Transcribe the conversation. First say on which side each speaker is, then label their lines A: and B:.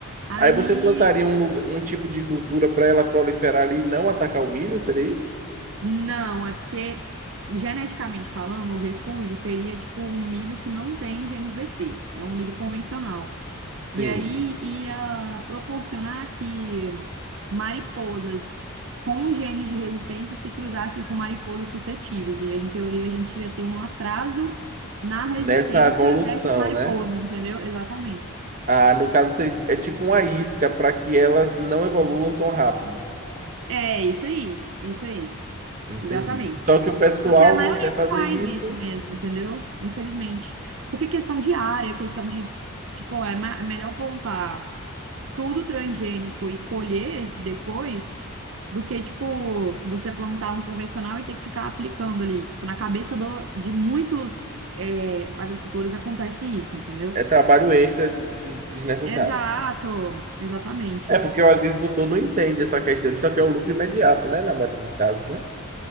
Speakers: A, on the right; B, on the right.
A: Aí,
B: Aí você plantaria um, lugar- um tipo de cultura para ela proliferar ali e não atacar o milho, seria isso?
A: não, é porque, geneticamente falando, o refúgio seria tipo um milho que não tem genes BT, é um milho convencional.
B: Sim.
A: E aí ia proporcionar que mariposas com genes de resistência se cruzassem com mariposas suscetíveis. E aí, em teoria, a gente ia ter um atraso na resistência
B: Nessa evolução,
A: dessas mariposas,
B: né?
A: entendeu? Exatamente.
B: Ah, no caso, se- é tipo uma isca para que elas não evoluam tão rápido.
A: É, isso aí, isso aí.
B: Entendi.
A: Exatamente.
B: Só que o pessoal
A: Só que a maioria
B: não quer fazer
A: não faz
B: isso,
A: isso mesmo, entendeu? Infelizmente. Porque questão de área, questão de, tipo, é ma- é melhor plantar tudo transgênico e colher depois do que, tipo, você plantar um convencional e ter que ficar aplicando ali. Tipo, na cabeça do- de muitos, é, agricultores acontece isso, entendeu?
B: é trabalho extra de- que- desnecessário.
A: Exato, exatamente.
B: É porque o agricultor não entende essa questão, ele só quer o lucro imediato, né? Na maioria dos casos, né?